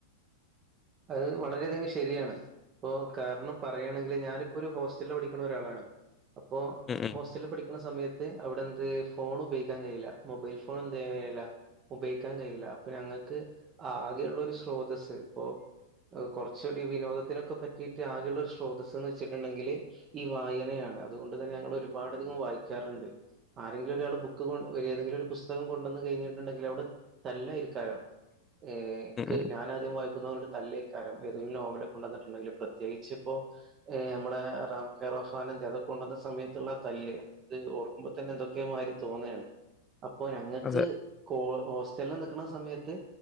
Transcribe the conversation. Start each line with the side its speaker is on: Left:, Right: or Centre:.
Right: അത് വളരെയധികം ശരിയാണ് ഇപ്പൊ കാരണം പറയുകയാണെങ്കിൽ ഞാനിപ്പോ ഒരു ഹോസ്റ്റലില് പഠിക്കുന്ന ഒരാളാണ് അപ്പോ
Left: ഉം ഉം
Right: ഹോസ്റ്റലിൽ പഠിക്കുന്ന സമയത്ത് അവിടെന്ത് ഫോൺ ഉപയോഗിക്കാൻ കഴിയില്ല മൊബൈൽ ഫോൺ എന്തയ്യാം കഴിയില്ല ഉപയോഗിക്കാൻ കഴിയില്ല അപ്പ ഞങ്ങൾക്ക് ആകെയുള്ള ഒരു സ്രോതസ്സ് ഇപ്പൊ കുറച്ചൂടി വിനോദത്തിനൊക്കെ പറ്റിയിട്ട് ആകെയുള്ള ഒരു സ്രോതസ്സ് എന്ന് വെച്ചിട്ടുണ്ടെങ്കിൽ ഈ വായന അതുകൊണ്ട് തന്നെ ഞങ്ങൾ ഒരുപാട് അധികം വായിക്കാറുണ്ട് ആരെങ്കിലും ഒരാള് ബുക്ക് കൊ ഒ ഏതെങ്കിലും ഒരു പുസ്തകം കൊണ്ടുവന്ന് കഴിഞ്ഞിട്ടുണ്ടെങ്കിൽ അവിടെ തല്ലയിരിക്കാരം ഏക്ക്
Left: ഉം ഉം
Right: ഞാനാദ്യം വായിക്കുന്നറഞ്ഞട്ട് തല്ലക്കാരം ഏതെങ്കിലും നോവല് കൊണ്ടുവന്നിട്ടുണ്ടെങ്കിൽ പ്രത്യേകിച്ച്പ്പോ നമ്മുടെ രാം കെയർ ഓഫ് ആന അതൊക്ക കൊണ്ടുവന്ന സമയത്തുള്ള തല് അത് ഓർക്കുമ്പോ തന്നെ എന്തൊക്കെയ മാരി തോന്നാണ് അപ്പോ ഞങ്ങൾക്ക്
Left: അതെ
Right: കോ ഹോസ്റ്റല സമയത്ത്